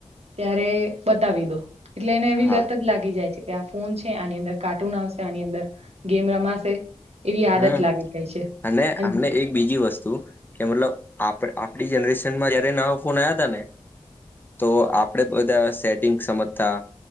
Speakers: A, on the right; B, on the left.
A: ત્યારે બતાવી દો, એટલે એને એવી
B: હા
A: લત જ લાગી જાય છે, ત્યાં ફોન છે આની અંદર કાર્ટૂન આવશે આની અંદર ગેમ રમાશે, એવી આદત
B: હમ્મ
A: લાગી જાય છે
B: અને
A: અન
B: અમને એક બીજી વસ્તુ કે મતલબ આપડે આપડી જનરેશન માં જયારે નવા ફોન આવ્યા ત ને તો આપડે બધા સેટિંગ સમજતા